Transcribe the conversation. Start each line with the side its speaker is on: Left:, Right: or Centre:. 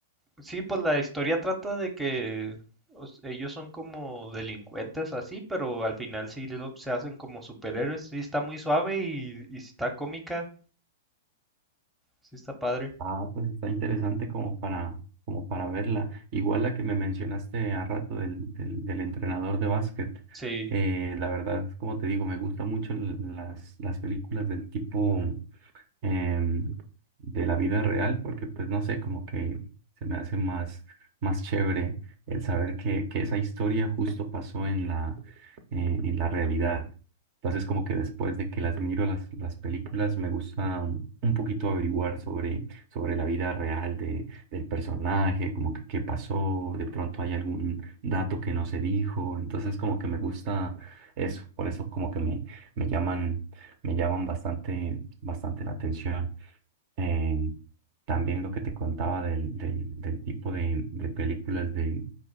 Centre: sí, pues la historia trata de que o s- ellos son como delincuentes así, pero al final sí lo- se hacen como superhéroes. Sí está muy suave y, y sí está cómica, sí está padre.
Right: Ah, pues está interesante como para, como para verla. Igual la que me mencionaste a rato del, del, del entrenador de básquet.
Centre: Sí.
Right: Eh, la verdad, como te digo, me gustan mucho l- las, las películas del tipo em, de la vida real, porque pues no sé, como que se me hace más, más chévere el saber que, que esa historia justo pasó en la, eh, en la realidad. Entonces como que después de que las miro las, las películas, me gusta um, un poquito averiguar sobre, sobre la vida real de, del personaje, como que qué pasó, de pronto hay algún dato que no se dijo, entonces como que me gusta eso, por eso como que me, me llaman, me llaman bastante bastante la atención. Eh, también lo que te contaba del, del, del tipo de, de películas de